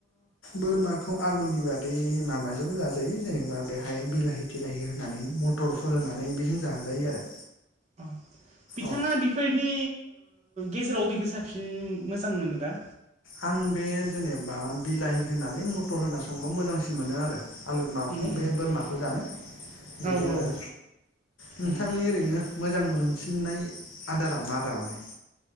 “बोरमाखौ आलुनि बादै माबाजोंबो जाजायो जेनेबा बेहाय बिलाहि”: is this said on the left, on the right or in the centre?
Left